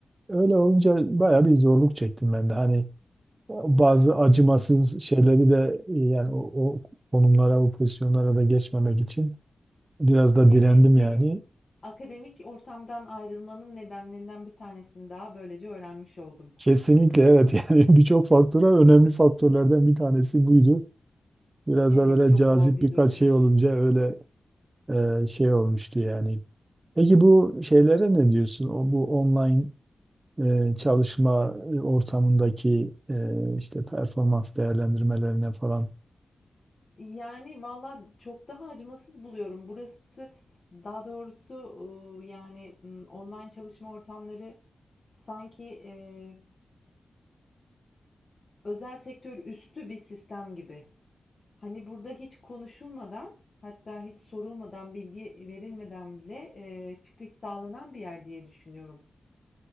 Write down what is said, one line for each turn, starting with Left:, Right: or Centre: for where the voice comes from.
Right: öyle olunca bayağı bir zorluk çektim ben de. Hani bazı acımasız şeyleri de e, yani o, o konumlara, o pozisyonlara da geçmemek için biraz da
Left: Evet,
Right: direndim
Left: senin
Right: yani.
Left: akademik ortamdan ayrılmanın nedenlerinden bir tanesini daha böylece öğrenmiş oldum.
Right: Kesinlikle evet <laughs> yani birçok faktör var. önemli faktörlerden bir tanesi buydu. Biraz
Left: Evet,
Right: da böyle
Left: çok
Right: cazip
Left: zor bir
Right: birkaç
Left: durummuş.
Right: şey olunca öyle e, şey olmuştu yani. Peki bu şeylere ne diyorsun? O bu online e, çalışma e, ortamındaki e, işte performans değerlendirmelerine falan
Left: Yani valla çok daha acımasız buluyorum. Burası daha doğrusu ıı, yani ım, online çalışma ortamları sanki e, özel sektör üstü bir sistem gibi. Hani burada hiç konuşulmadan hatta hiç sorulmadan bilgi verilmeden bile e, çıkış sağlanan bir yer diye düşünüyorum.